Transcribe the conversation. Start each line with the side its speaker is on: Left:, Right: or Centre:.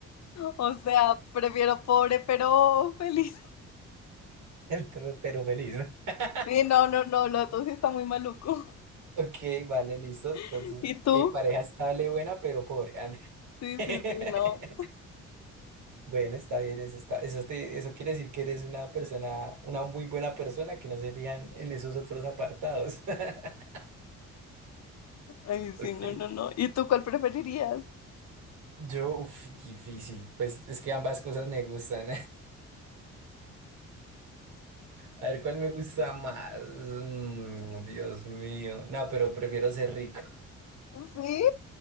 Left: O sea, prefiero pobre pero feliz.
Right: <laughs> Pero pero feliz, ¿no? <laughs>
Left: Sí, no, no, no, lo otro sí está muy maluco.
Right: Ok, vale, listo. Entonces,
Left: <laughs> ¿Y tú?
Right: eh, pareja estable, buena, pero pobre. Ah, no.
Left: Sí,
Right: <laughs>
Left: sí, sí, no.
Right: Bueno, está bien, eso está, eso te- eso quiere decir que eres una persona, una muy buena persona que no se fijan en esos otros apartados. <laughs>
Left: Ay, sí,
Right: Ok.
Left: no, no, no. ¿Y tú cuál preferirías?
Right: Yo, uff, difícil. Pues es que ambas cosas me gustan. <laughs> A ver, ¿cuál me gusta más? Mm, Dios mío. No, pero prefiero ser rico.
Left: ¿Sí?